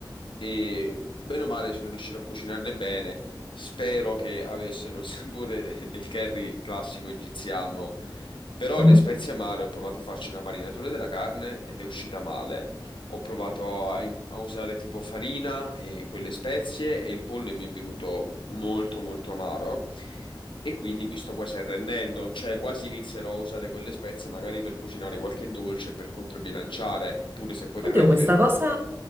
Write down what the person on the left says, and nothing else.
e bene o male sono riuscito a cucinarle bene. Spero che avessero il <laughs> sapore del curry classico egiziano, però
le spezie amare ho provato a farci una marinatura della carne ed è uscita male. Ho provato a, im- a usare tipo farina e quelle spezie e il pollo mi è venuto molto molto amaro. E quindi mi sto quasi arrendendo, cioè quasi inizierò a usare quelle spezie magari per cucinare qualche dolce per controbilanciare, pure se potrei
prendere
il-